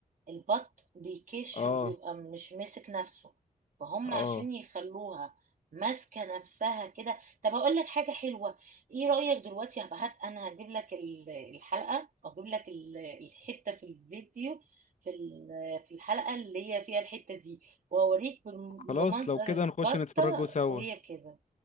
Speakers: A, on the right; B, on the left.
A: البط بيكش
B: اه
A: وبيبقى مش ماسك نفسه فهم
B: اه
A: عشان يخلوها ماسكه نفسها كده طب اقول لك حاجه حلوه ايه رايك دلوقتي هبعت انا هجيب لك ال- الحلقه او هجيب لك ال- الحته في الفيديو في ال- في الحلقه اللي هي فيها الحته دي واوريك بم-
B: خلاص
A: بمنظر
B: لو كده
A: البطه
B: نخش نتفرجوا سوا
A: وهي كده